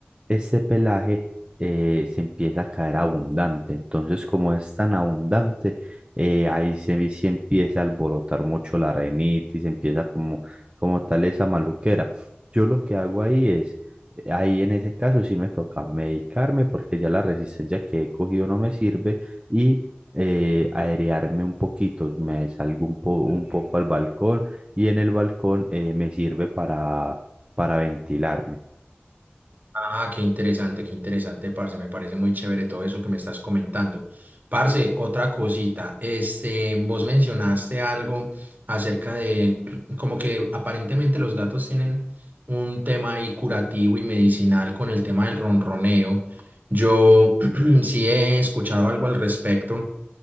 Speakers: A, on the right; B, on the right.
A: este pelaje eh, se empieza a caer abundante. Entonces, como es tan abundante, eh, ahí se, se empieza a alborotar mucho la renitis, empieza como, como tal esa maluquera. Yo lo que hago ahí es, eh, ahí en ese caso sí me toca medicarme porque ya la resistencia que he cogido no me sirve y eh, aerearme un poquito, me salgo un, po- un poco al balcón y en el balcón eh, me sirve para, para ventilarme.
B: Ah, qué interesante, qué interesante, parce. Me parece muy chévere todo eso que me estás comentando. Parce, otra cosita. Este, vos mencionaste algo acerca de <clears throat> como que aparentemente los gatos tienen un tema ahí curativo y medicinal con el tema del ronroneo. Yo <clears throat> sí he escuchado algo al respecto